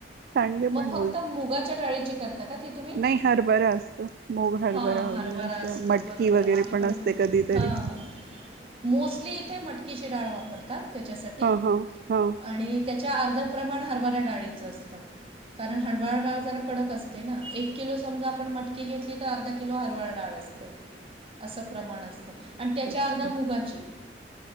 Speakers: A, on the right; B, on the right.
A: सांडगे
B: मग
A: पण
B: फक्त
A: बोलतात
B: मुगाच्या डाळीची करता? का ती तुम्ही?
A: नाही हरभरा असतं मूग
B: हा
A: वगैरे
B: हरभरा
A: असं
B: असतो
A: मटकी
B: बरोबर
A: वगैरे
B: आम्ही पण
A: असते कधीतरी
B: हां हां मोस्टली इथे मटकीची डाळ वापर वापरतात त्याच्यासाठी
A: हा हा हा
B: आणि त्याच्या अर्ध प्रमाण हरभऱ्या डाळीचं असतं. कारण हरभरा डाळ जरा कडक असते ना एक किलो समजा आपण मटकी घेतली तर अर्धा किलो हरभरा डाळ असते. असते अस प्रमाण असत आणि त्याच्या
A: अच्छा
B: अर्ध मुंगाची.